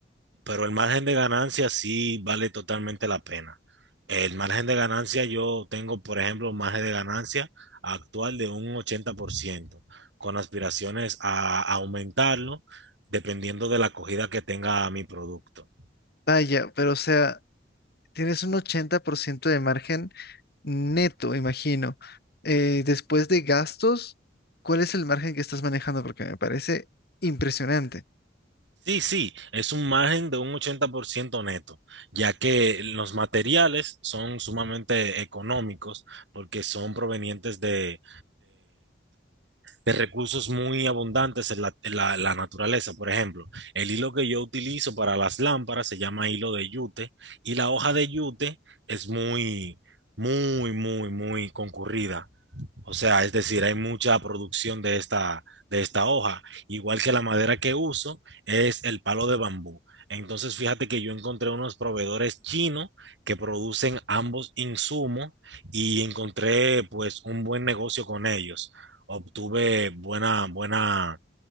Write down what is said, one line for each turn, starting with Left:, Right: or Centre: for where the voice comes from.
Right: pero el margen de ganancia sí vale totalmente la pena. El margen de ganancia, yo tengo, por ejemplo, un margen de ganancia actual de un 80%, con aspiraciones a aumentarlo dependiendo de la acogida que tenga mi producto.
Left: Vaya, pero o sea, tienes un 80% de margen neto, imagino. Eh, después de gastos, ¿cuál es el margen que estás manejando? Porque me parece impresionante.
Right: Sí, sí, es un margen de un 80% neto, ya que los materiales son sumamente económicos porque son provenientes de de recursos muy abundantes en la, en la- la naturaleza. Por ejemplo, el hilo que yo utilizo para las lámparas se llama hilo de yute y la hoja de yute es muy, muy, muy, muy concurrida o sea, es decir, hay mucha producción de esta, de esta hoja. Igual que la madera que uso es el palo de bambú. Entonces, fíjate que yo encontré unos proveedores chinos que producen ambos insumos y encontré pues un buen negocio con ellos. Obtuve buena, buena,